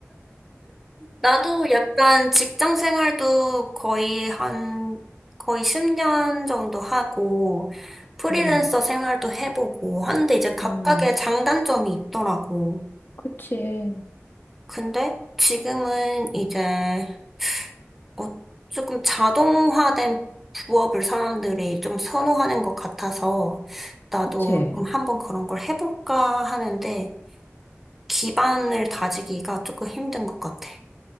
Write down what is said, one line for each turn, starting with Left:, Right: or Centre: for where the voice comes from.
Centre: 나도 약간 직장 생활도 거의 한, 거의 10년 정도 하고, 프리랜서
Left: 음,
Centre: 생활도 해보고, 하는데 이제 각각의
Left: 음,
Centre: 장단점이 있더라고.
Left: 그치,
Centre: 근데 지금은 이제 어, 조금 자동화된 부업을 사람들이 좀 선호하는 것 같아서 나도
Left: 그치.
Centre: 좀 한번 그런 걸 해볼까 하는데 기반을 다지기가 조금 힘든 것 같아.